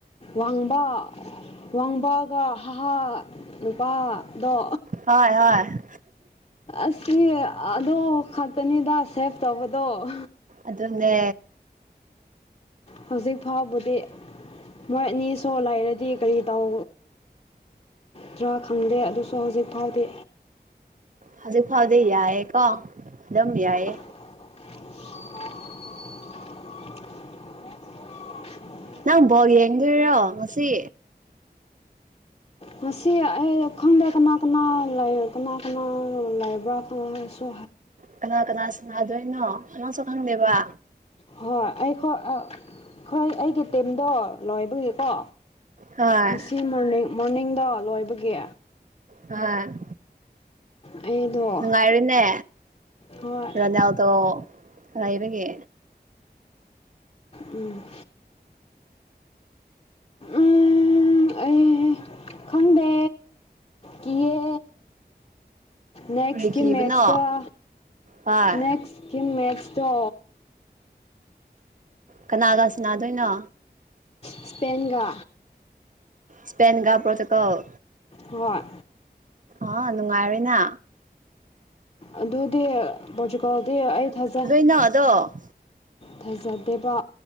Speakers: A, on the left; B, on the right.
A: ꯋꯥꯡꯕ ꯋꯥꯡꯕꯒ ꯍꯥ ꯍꯥ ꯅꯨꯄꯥꯗꯣ
B: ꯍꯣꯏ ꯍꯣꯏ
A: ꯑꯁꯤ ꯑꯗꯣ ꯈꯛꯇꯥꯅꯤꯗ ꯁꯦꯞ ꯇꯧꯕꯥꯗꯣ
B: ꯑꯗꯨꯅꯦ
A: ꯍꯧꯖꯤꯛ ꯐꯥꯎꯕꯗꯤ ꯃꯣꯏ ꯑꯅꯤ ꯁꯣꯛ ꯂꯩꯔꯗꯤ ꯀꯥꯔꯤ ꯇꯧ ꯇꯔ ꯈꯪꯗꯦ ꯑꯗꯨꯁꯨ ꯍꯧꯖꯤꯛ ꯐꯥꯎꯗꯤ
B: ꯍꯧꯖꯤꯛ ꯐꯥꯎꯗꯤ ꯌꯥꯏꯌꯦꯀꯣ ꯑꯗꯨꯝ ꯌꯥꯏꯌꯦ
A: <unintelligible>
B: ꯅꯪ ꯕꯣꯜ ꯌꯦꯡꯗꯣꯏꯔꯣ ꯉꯥꯁꯤ
A: ꯉꯥꯁꯤ ꯑꯩ ꯈꯪꯗꯦ ꯀꯅꯥ ꯀꯅꯥ ꯂꯩ ꯀꯅꯥ ꯀꯅꯥ ꯂꯩꯕ꯭ꯔꯥ ꯁꯨ
B: ꯀꯅꯥ ꯀꯅꯥ ꯁꯥꯟꯅꯗꯣꯏꯅꯣ ꯀꯅꯥꯁꯨ ꯈꯪꯗꯦꯕ
A: ꯍꯣꯏ ꯑꯩꯈꯣꯏ ꯍꯣꯏ ꯑꯩꯒꯤ ꯇꯤꯝꯗꯣ ꯂꯣꯏꯕꯥꯒꯤꯀꯣ
B: ꯍꯣꯏ
A: ꯉꯥꯁꯤ ꯃꯣꯔꯅꯤꯡ ꯃꯣꯔꯅꯤꯡꯗꯣ ꯂꯣꯏꯕꯒꯤ
B: ꯍꯣꯏ
A: ꯑꯩꯗꯣ
B: ꯅꯨꯡꯉꯥꯏꯔꯤꯅꯦ
A: ꯍꯣꯏ
B: ꯔꯣꯅꯥꯜꯗꯣ ꯂꯩꯕꯥꯒꯤ
A: ꯎꯝ ꯎꯝ ꯑꯩ ꯈꯪꯗꯦ ꯀꯤꯌꯦ ꯅꯦꯛꯁꯀꯤ
B: ꯀꯔꯤ ꯀꯤꯕꯅꯣ
A: ꯃꯦꯠꯁꯇ
B: ꯍꯣꯏ
A: ꯅꯦꯛꯁꯀꯤ ꯃꯦꯠꯁꯇꯣ
B: ꯀꯅꯥꯒꯁꯤ ꯅꯥꯗꯣꯏꯅꯣ
A: ꯏꯁꯄꯦꯡꯒꯥ
B: ꯁꯄꯦꯟꯒ ꯄꯣꯇꯨꯒꯜ
A: ꯍꯣꯏ
B: ꯑ ꯅꯨꯡꯉꯥꯏꯔꯣꯏꯅ
A: ꯑꯗꯨꯗꯤ ꯂꯣꯖꯤꯀꯩꯜꯗꯤ ꯑꯩ ꯊꯟꯗꯅꯤ
B: ꯅꯣ ꯗꯣ
A: ꯊꯩꯖꯗꯦꯕ